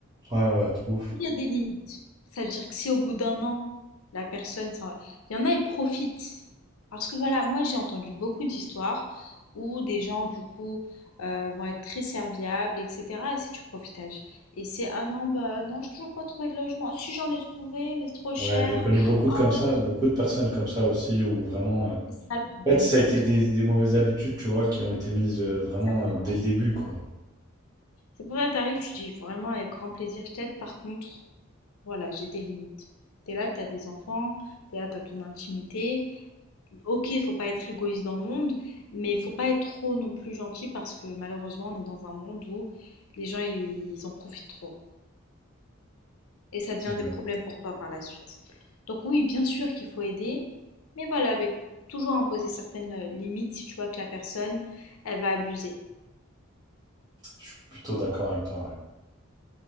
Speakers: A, on the right; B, on the left.
A: Ouais, ouais, de ouf.
B: Il y a des limites. Ça veut dire que si au bout d'un an, la personne s'en- va- Il y en a, ils profitent. Parce que voilà, moi j'ai entendu beaucoup d'histoires où des gens, du coup, euh, vont être très serviables, etc. Et c'est du profitage. Et c'est, ah non, bah non, j'ai toujours pas trouvé de logement. Si j'en ai trouvé, mais c'est trop cher.
A: Ouais, j'ai connu beaucoup de comme
B: Ah
A: ça,
B: ouais, mais
A: beaucoup de personnes comme ça aussi, où vraiment, euh,
B: c'est ça le problème
A: en fait, ça
B: de
A: a
B: nos
A: été
B: jours.
A: des, des mauvaises habitudes, tu vois, qui ont été mises euh, vraiment
B: Exactement.
A: euh, dès le début, quoi.
B: C'est pour ça que t'arrives, tu dis vraiment avec grand plaisir, je t'aide. Par contre, voilà, j'ai des limites. T'es là, t'as des enfants, t'es là, t'as ton intimité. OK, faut pas être égoïste dans le monde, mais faut pas être trop non plus gentil parce que malheureusement, on est dans un monde où les gens ils, ils en profitent trop et ça devient
A: C'est vrai.
B: des problèmes pour toi par la suite. Donc oui, bien sûr qu'il faut aider, mais voilà, avec toujours imposer certaines euh, limites si tu vois que la personne elle va abuser.
A: Je suis plutôt d'accord avec toi, ouais.